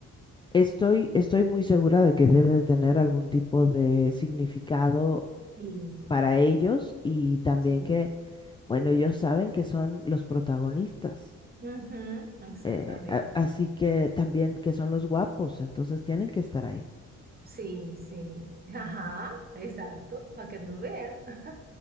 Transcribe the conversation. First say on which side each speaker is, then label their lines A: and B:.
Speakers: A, on the left; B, on the right.
A: Estoy, estoy muy segura de que debe de tener algún tipo de significado
B: Sí,
A: para ellos y también
B: sí.
A: que, bueno, ellos saben que son los protagonistas,
B: Ujú, exactamente.
A: eh, a- así que también que son los guapos, entonces tienen que estar ahí.
B: Sí, sí. Ajá, exacto, para que tú veas. <laughs>